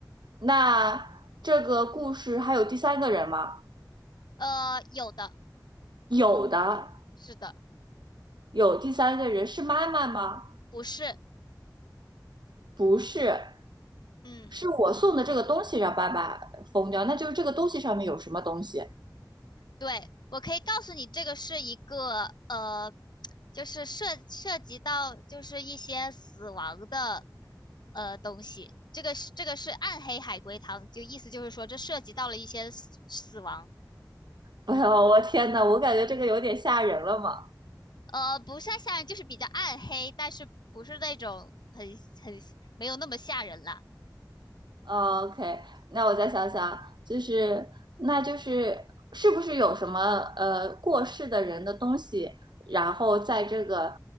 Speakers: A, on the right (about 80°); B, on the left (about 75°).
A: 那这个故事还有第三个人吗？
B: 呃，有的，
A: 有的，
B: 是的，
A: 有第三个人是妈妈吗？
B: 不是，
A: 不是，
B: 嗯，
A: 是我送的这个东西让爸爸疯掉，那就是这个东西上面有什么东西？<laughs>
B: 对，我可以告诉你，这个是一个呃，就是涉涉及到就是一些死亡的呃东西。这个是这个是暗黑海龟汤，就意思就是说这涉及到了一些死死亡，
A: 哎呦，我天呐，我感觉这个有点吓人了嘛。
B: 呃，不是太吓人，就是比较暗黑，但是不是那种很很没有那么吓人啦。
A: 哦 OK，那我再想想，就是那就是是不是有什么呃过世的人的东西，然后在这个